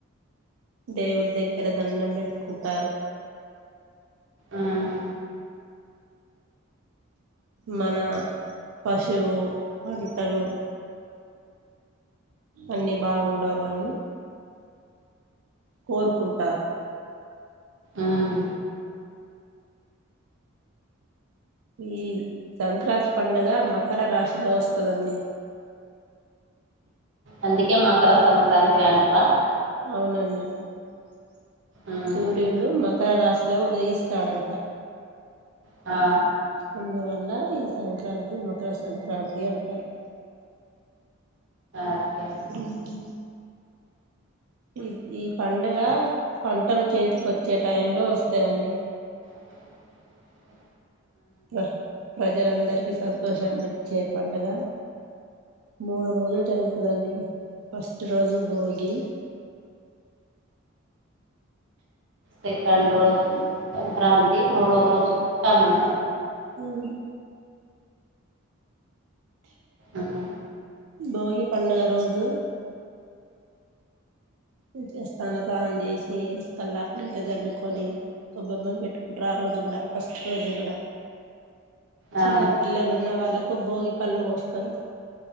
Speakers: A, on the right; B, on the right.
A: దేవుని దగ్గర దండం పెట్టుకుంటారు
B: ఉమ్
A: మన పశువు పంటలు అన్ని బాగుండాలని కోరుకుంటారు
B: ఉమ్
A: ఈ సంక్రాంతి పండగ మకర రాశిలో వస్తదండి
B: అందుకే మకర సంక్రాంత్రి అంటరా
A: అవునండి
B: ఉమ్
A: సూర్యుడు మర్ కర రాశిలో ఉదయిస్తాడంట
B: ఆ
A: అందువల్ల ఈ సంక్రాంతి మకర సంక్రాంతి అంటారు
B: ఓకే
A: మ్మ్ ఈస్ ఈ పండుగ పంటలు చేతికొచ్చే టైమ్ లో వస్తాయండి
B: అంతేనండి
A: ప్ర ప్రజలందరికీ సంతోషాన్ని ఇచ్చే పండగ మూడు రోజులు జరుగుతదండి ఫస్ట్ రోజు భోగి
B: సెకెండ్ రోజు సంక్రాంతి మూడో రోజు కనుమ
A: అవును
B: ఉమ్
A: భోగి పండుగ రోజు మంచిగ తల స్నానం చేసి కల్లాప్ నీట జల్లుకొని కొొబ్బెమ్మలు పెట్టుకుంటారు ఆ రోజు కూడ ఫస్ట్ రోజు కూడా
B: ఆ
A: చిన్న పిల్లలు ఉన్న వాళ్లకు భోగి పళ్ళు పోస్తరు